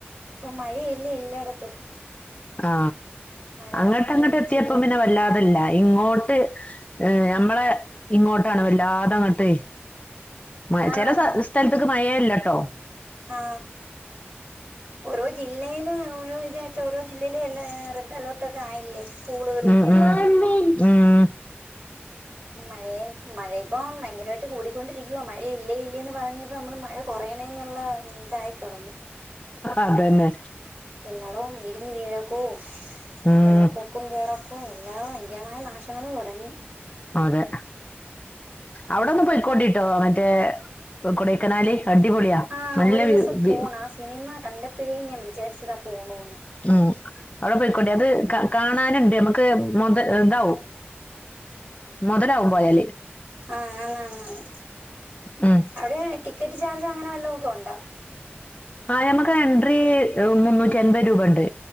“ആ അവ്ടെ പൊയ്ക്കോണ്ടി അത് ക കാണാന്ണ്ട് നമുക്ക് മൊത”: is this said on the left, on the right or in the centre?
Left